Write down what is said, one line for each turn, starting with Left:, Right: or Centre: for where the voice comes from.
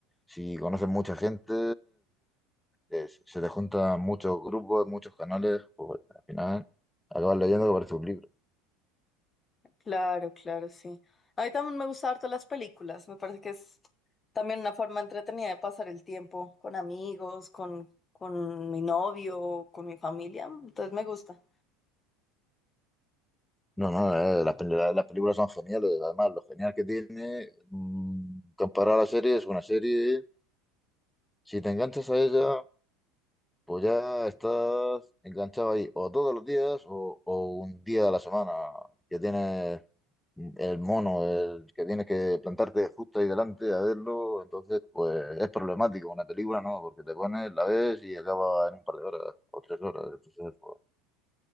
Centre: si conoces mucha gente, eh, se te juntan muchos grupos, muchos canales, pues al final acabas leyendo que parece un libro.
Left: Claro, claro, sí. A mí también me gustan harto las películas. Me parece que es también una forma entretenida de pasar el tiempo con amigos, con, con mi novio, con mi familia. Entonces me gusta.
Centre: No, no, eh, las, pel- la- las películas son geniales. Además, lo genial que tiene mm, comparado a la serie es una serie. Si te enganchas a ella, pues ya estás enganchado ahí o todos los días o, o un día a la semana que tienes el mono, el que tienes que plantarte justo ahí delante a verlo. Entonces, pues es problemático. Una película no, porque te pones, la ves y acaba en un par de horas o tres horas. Entonces, pues,